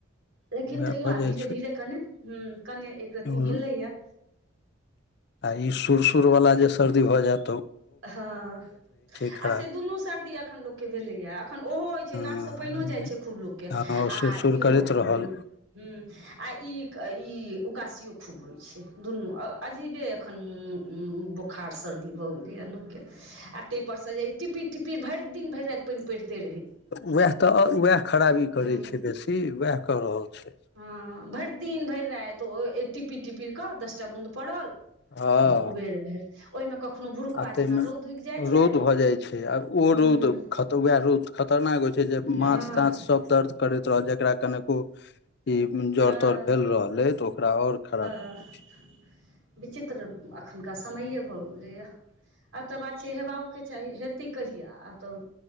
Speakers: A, on the right; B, on the left.
A: लेकिन
B: उएह
A: तैयो
B: भऽ
A: आ
B: जाइ
A: धीरे धीरे कने हुँ कने एक
B: छै
A: रत्ती भेलैया
B: आ ई सुर सुर वाला जे सर्दी भऽ जैत
A: हँ
B: खराब
A: आ से दुनू सर्दी एखन लोक के भेलै आब खन ओहो होय छै
B: हँ
A: नाक स पाइनो जाइ छै खूब लोक केँ
B: हँ
A: आ
B: सुर-सुर
A: इहो
B: करैत रहल
A: हुँ हुँ आ ई ई उकासियो खूब होइ छै दुनू अजीबे खन <unintelligible> बोखार सर्दी भऽ गेल हो यऽ लोक केँ आ तै पर स यै टिपीर टिपीर भैर दीन भैर राइत पाइन पैड़ते
B: उएह तऽ उएह खराबी
A: हूँ
B: करै छै बेसी उएह कऽ रहल छैय
A: हँ भैर दीन भैर राइत ओ टिपीर टिपिर कऽ दस टा बूंद पड़ल
B: हँ
A: उबेर भेल ओइ म कखनो भुरुकबा
B: आ ताहिमे
A: जेना रौद उग जाइ छै
B: रौद भऽ जाइ आ ओ
A: हूँ
B: रौद खत वयाह रौद खतरनाक होइत छै जे माथ
A: हँ
B: ताथ सभ दर्द करैत रहल जेकरा कने उ ई
A: हँ
B: जर तर भेल रहल ऐय तऽ ओकरा और खराब करै
A: <unintelligible>
B: छै
A: विचित्र अखनका समय भऽगेल भैलै यऽ आब तऽ बात छै हेबाउ केँ चाही हेतै कहिया आब तऽ